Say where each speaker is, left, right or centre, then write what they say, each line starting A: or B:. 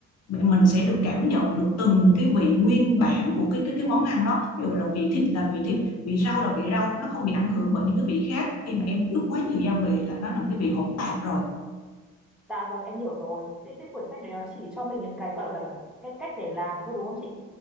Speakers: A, on the left; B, in the centre.
A: Mình sẽ được cảm nhận được từng cái vị nguyên bản của cái cái cái món ăn đó. Ví dụ là vị thịt là vị thịt, vị rau là vị rau, nó không bị ảnh hưởng bởi những cái vị khác. Khi mà em ướp quá nhiều gia vị là nó làm cái vị hỗn tạp rồi.
B: Dạ vâng, em hiểu rồi. Thế cái cuốn sách đấy nó chỉ cho mình những cái gọi là cái cách để làm thôi đúng không chị?